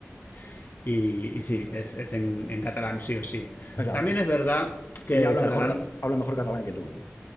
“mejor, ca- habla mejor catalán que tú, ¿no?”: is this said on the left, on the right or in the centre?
Left